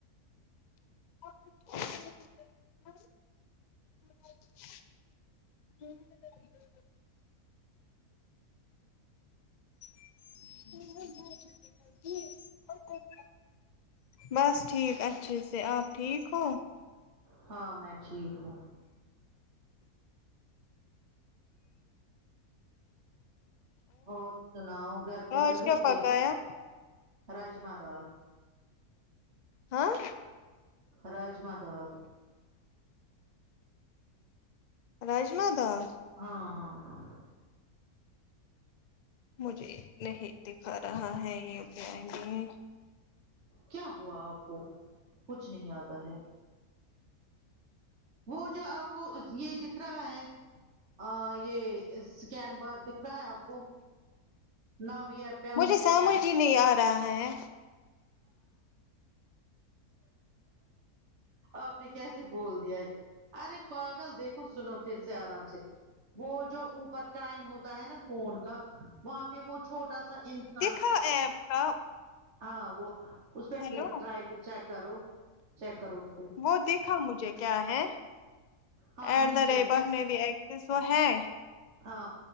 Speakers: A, on the left; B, on the right.
A: <inaudible> <inaudible> <inaudible> جی اور <inaudible> بس ٹھیک اچھے سے آپ ٹھیک ہو
B: ہاں میں ٹھیک ہوں اور سناؤ گھر پہ
A: آج
B: سبھی
A: کیا
B: ٹھیک
A: پکایا
B: راجما دال
A: ہاں
B: راجما دال
A: راجما دال
B: ہاں ہاں ہاں
A: مجھے نہیں دکھا رہا ہے یہ کہیں بھی
B: کیا ہوا آپ کو کچھ نہیں آتا ہے وہ جو آپ کو یہ دکھ رہا ہے آ یہ سکین بار دکھ رہا ہے آپ کو نہ وی ایپ پے آپکو
A: مجھے
B: اسکین
A: سمجھ ہی نہیں آ رہا ہے
B: آپ نے کیسے بول دیا ہے ارے پاگل دیکھو سنو پھر سے آرام سے وہ جو اوپر ٹائم ہوتا ہے نا فون کا وہاں پہ وہ چھوٹا سا انسان
A: ہاں ایپ کا
B: ہاں وہ اس پہ
A: ہیلو
B: ٹرائی پہ چیک کرو چیک کرو پہ
A: وہ دیکھا مجھے کیا ہے
B: ہاں
A: ایٹ
B: نیچے
A: دا ریٹ
B: ہے نا
A: آف نیوی ایکسس وہ ہے
B: ہاں